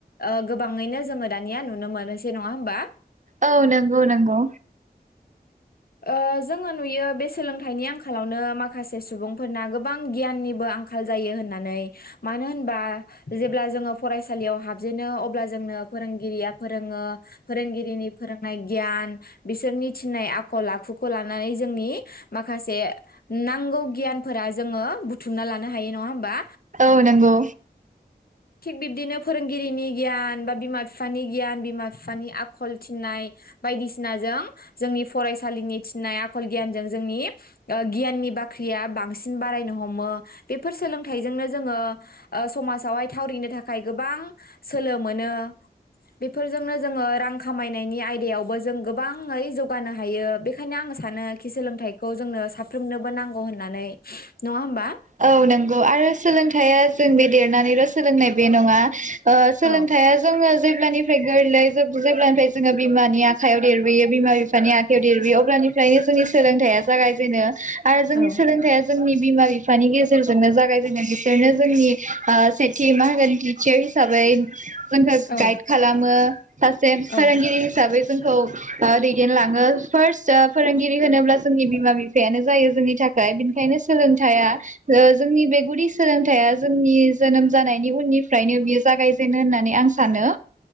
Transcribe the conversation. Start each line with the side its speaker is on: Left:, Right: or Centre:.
Left: ओ गोबाङैनो जोङो दानिया नुनो मोनोसै नङा होमबा।
Right: औ नोंगौ नोंगौ।
Left: ओ जोङो नुयो बे सोलोंथाइनि आंखालावनो माखासे सुबुंफोरना गोबां गियाननिबो आंखाल जायो होननानै मानो होनबा जेब्ला जोङो फरायसालियाव हाबजेनो अब्ला जोंनो फोरोंगिरिया फोरोङो फोरोंगिरिनि फोरोंनाय गियान बिसोरनि थिननाय आखल आखुखौ लानानै जोंनि माखासे नांगौ गियानफोरा जोङो बुथुमना लानो हायो नङा होमबा?
Right: औ नोंगौ।
Left: थिग बिब्दिनो फोरोंगिरिनि गियान बा बिमा फानि गियान बिमा फानि आखल थिन्नाय बायदिसिनाजों जोंनि फरायसालिनि थिननाय आखल गियानजों जोंनि ओ गियाननि बाख्रिया बांसिन बारायनो हमो। बेफोर सोलोंथाइजोंनो जोङो ओ समाजावहाय थावरिनो थाखाय गोबां सोलो मोनो। बेफोरजोंनो जोङो रां खामायनायनि आयदायावबो जों गोबाङै जौगानो हायो बेखायनो आङो सानोखि सोलोंथाइखौ जोंनो साफ्रोमनोबो नांगौ होननानै नङा होमबा?
Right: औ नंगौ आरो सोलोंथाइया जों बे देरनानैल सोलोंनाय बे नङा। ओ सोलोंथया
Left: औ
Right: जोंङो जे ब्लानिफ्राय गोरलै, जोब जेब्लानिफ्राय जोङो बिमानि आखायाव देरबोयो, बिमा बिफानि आखाइायाव देरबोयो अब्लानिफ्रायनो जोंनि सोलोंथाइया जागायजेनो। आरो जोंनि
Left: औ
Right: सोलोंथाइया जोंनि बिमा बि फानि गेजेरजोंनो जागायजेननो बिसोरनो जोंनि ओ सेथि मा होनगोन टिचार हिसाबै जोंखो
Left: औ
Right: गाइद खालामो सासे
Left: औ
Right: फोरोंगिरि हिसाबै जोंखौ ओ दैदेनलाङो। फार्स्ट ओ फोरोंगिरि होनोब्ला जोंनि बिमा बिफायानो जायो जोंनि थाखाय। बेनिखायनो सोलोंथाइआ ओ जोंनि बे गुदि सोलोंथाइया जोंनि जोनोम जानायनि उननिफ्रायनो बियो जागायजेनो होननानै आं सानो।